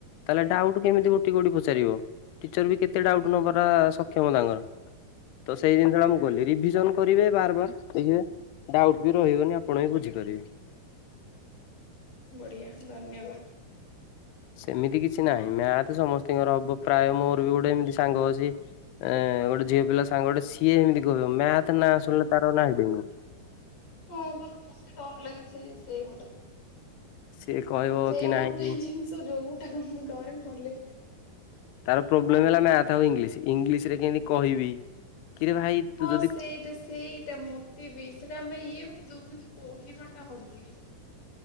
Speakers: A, on the left; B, on the left.
A: ତାହେଲେ ଡାଉଟ କେମିତି ଗୋଟଏ ଗୋଟିଏ କରି ପଚାରିବ? ଟିଚର ବି କେତେ ଡାଉଟ୍ ନବରା ସକ୍ଷମ ତାଙ୍କର। ତ ସେଇ ଜିନିଷ ମୁଁ କଲି। ରିଭିଜନ କରିବେ ବାର ବାର, ଆଜ୍ଞା? ଡାଉଟ୍ ବି ରହିବନି ଆପଣ ବି ବୁଝି ପାରିବେ।
B: ବଢ଼ିଆ ଧନ୍ୟବାଦ।
A: ସେମିତି କିଛି ନାହିଁ। ମ୍ୟାଥ୍ ସମସ୍ତଙ୍କର ହବ ପ୍ରାୟ, ମୋର ବି ଗୋଟେ ଏମିତି ସାଙ୍ଗ ଅଛି ଏ ଗୋଟେ ଝିଅ ପିଲା ସାଙ୍ଗଟେ। ସିଏ ଏମିତି କହିବ ମ୍ୟାଥ୍ ନାଁ ଶୁଣିଲେ ତାର ନାହି ଡେଇଁବ।
B: ହଁ ପା ମୋତେ ଡର ଲାଗେ ସେ ସେଇ ଗୋଟେ।
A: ସେ କହିବ
B: ସେଇ
A: କି ନାହିଁ
B: ଗୋଟାଏ ଜିନିଷ ଯୋଉ ଗୋଟାକୁ ମୁଁ ଡରେ ନହେଲେ
A: ତାର ପ୍ରୋବ୍ଲେମ ହେଲା ମ୍ୟାଥ ଆଉ ଇଂଲିଶ। ଇଂଲିଶ ରେ କେମତି କହିବି? କିରେ ଭାଇ ତୁ
B: ହଁ
A: ଯଦି
B: ସେଇଟା ସେଇଟା ମ ତେ ବି। ସେଟା ଆମେ ଇଏ କରି ଦବୁ କିନ୍ତୁ କହିବାଟା ହବନି।